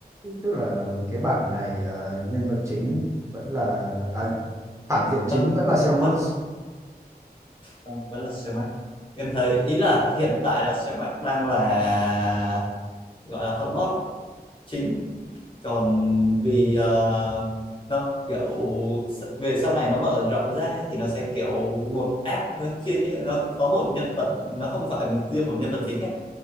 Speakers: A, on the right; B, on the left.
A: Tức là cái bản này ờ, nhân vật chính vẫn là à, phản diện
B: vâng
A: chính vẫn là Cell Max.
B: vâng vâng vẫn là xe Max em thấy ý là hiện tại là xe Max đang là gọi là con boss chính còn vì ờ, nó kiểu s- về sau này nó mở rộng ra thì nó sẽ kiểu một app nó chia chia nó có một nhân vật nó không phải một- riêng một nhân vật chính ấy